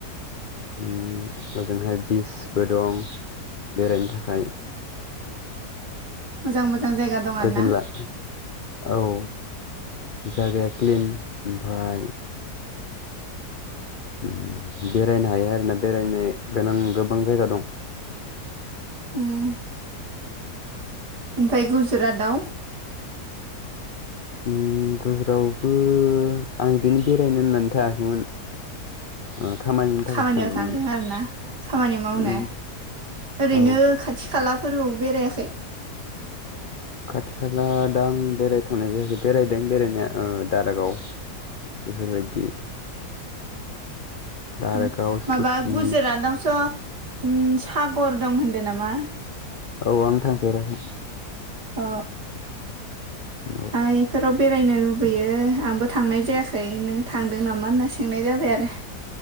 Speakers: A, on the left; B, on the right.
A: उम ओजोंहाय बिचबो दं बेरायनो थाखाय
B: मोजां मोजां जायगा दं
A: गोजोनलाखि
B: आरो ना
A: औ जागाया क्लिन ओमफाय उम बेरायनो हायो आरोना बेरायनो गोनां गोबां जायगा दं।
B: उम ओमफाय गुजरातआव
A: उम गुजुरावबो आं इदिनो बेरायनो होननानै थांआखैमोन। ओ खामानिनि थाखायसो
B: खामानियाव
A: थांदोंमोन
B: थांदों
A: उम।
B: आरो ना खामानि मावनो ओरैनो
A: औ
B: खाथि खालाफोराव बेरायाखै?
A: <inaudible> खाथि खाला दा आं बेरायथ'नाय जायाखै बेरायदों बेरायनाया ओ दारागाव बेफोरबायदि दारागाव
B: उम माबा
A: सुकि
B: गुजरातआवथ' उम सागर दं होनदो नामा?
A: औ आं थांफेराखै।
B: अ
A: औ
B: आ इफोराव बेरायनो लुब बेैयो आंबो थांनाय जायाखै नों थांदो नामा होनना सोंनाय जाबाय आरो।